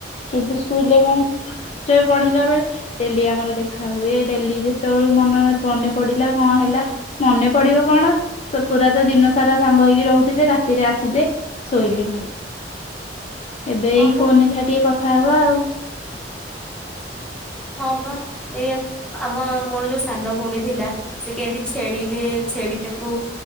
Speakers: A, on the left (about 40°); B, in the centre.
A: କିନ୍ତୁ ସ୍କୁଲରେ କଣ ସ୍କୁଲରେ <unintelligible> ପଢିଲା ବେଳେ ଡେଲି ଆମର ଦେଖା ହୁଏ ଡେଲି ଯେତେବେଳୁ ମନରେ ମନେ ପଡିଲା କଣ ହେଲା ମନେ ପଡିବ କଣ ପୁରା ତ ଦିନ ସାରା ସାଙ୍ଗ ହେଇକି ରହୁଥିଲେ ରା ରାତିରେ ଆସିବେ ଶୋଇଲେ ଘରେ। ଏବେ
B: ହଁ
A: ଏଇ
B: ପା।
A: ଫୋନ ରେ ଯାହା ଟିକେ କଥା ବା ଆଉ।
B: ହଁ ପା ଏୟା ଆମ ମୋର ଯୋଉ ସାନ ଭଉଣୀ ଥିଲା ସେ କେମିତି ଛେଳିରେ ଛେଳିଟାକୁ